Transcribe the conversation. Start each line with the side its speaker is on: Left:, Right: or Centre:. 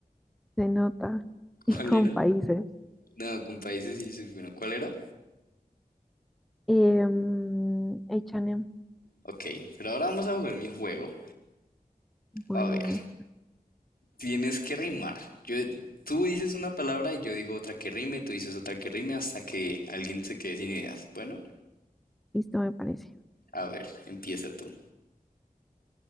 Centre: Se nota. Y
Left: ¿Cuál
Centre: con
Left: era?
Centre: países.
Left: No, con países y dices, bueno, ¿cuál era?
Centre: Em, H&M.
Left: Ok, pero ahora vamos a jugar mi juego.
Centre: Bueno,
Left: A ver,
Centre: es-
Left: tienes que rimar. Yo, tú dices una palabra y yo digo otra que rime, tú dices otra que rime hasta que alguien se quede sin ideas. Bueno,
Centre: listo me parece.
Left: a ver, empieza tú.